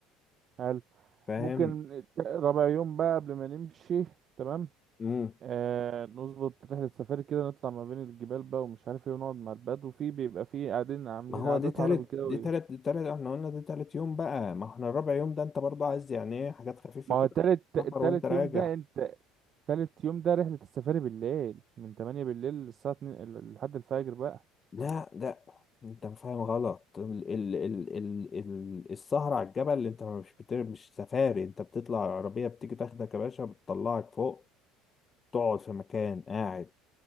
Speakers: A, on the right (about 35°); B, on the left (about 25°).
A: حلو
B: فاهم
A: ممكن رابع يوم بقى قبل ما نمشي تمام
B: مم.
A: آه نظبط رحلة سفاري كده نطلع ما بين الجبال بقى ومش عارف ايه ونقعد مع البدو وفي بيبقى في قاعدين عاملين
B: ما هو
A: قعدات
B: دي تالت
A: عربي كده
B: دي
A: وايه
B: تالت دي تالت احنا قلنا دي تالت يوم بقى ما احنا الرابع يوم ده انت برضه عايز يعني ايه حاجات خفيفة
A: ما
B: كده
A: هو تالت
B: عشان تسافر
A: تالت
B: وانت راجع
A: يوم ده انت تالت يوم ده رحلة السفاري بالليل من 8 بالليل للساعة 2 ال- لحد الفجر بقى
B: لا لا انت فاهم غلط ال ال ال ال ال السهرة على الجبل اللي انت مش بتر مش سفاري انت بتطلع العربية بتيجي تاخدك يا باشا بتطلعك فوق تقعد في مكان قاعد